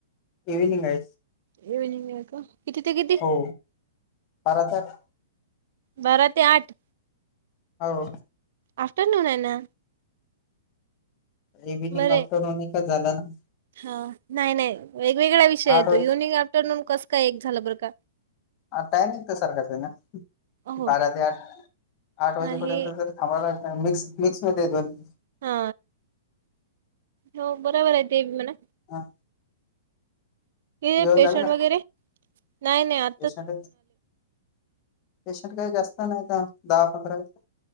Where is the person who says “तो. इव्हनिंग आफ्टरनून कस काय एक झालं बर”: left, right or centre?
Right